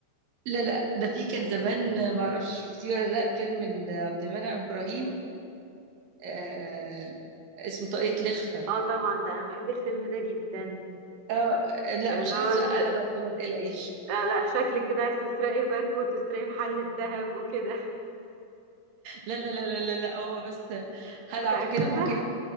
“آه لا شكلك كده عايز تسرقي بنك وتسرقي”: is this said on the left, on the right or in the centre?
Right